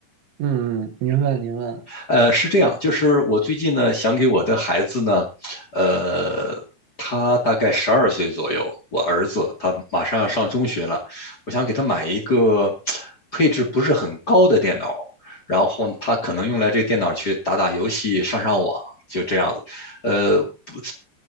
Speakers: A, on the right; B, on the left.
A: 嗯嗯，您问您问。
B: 呃，是这样，就是我最近呢，想给我的孩子呢，呃，他大概十二岁左右，我儿子他马上要上中学了，我想给他买一个配置不是很高的电脑，然后他可能用来这个电脑去打打游戏、上上网，就这样子。呃，不，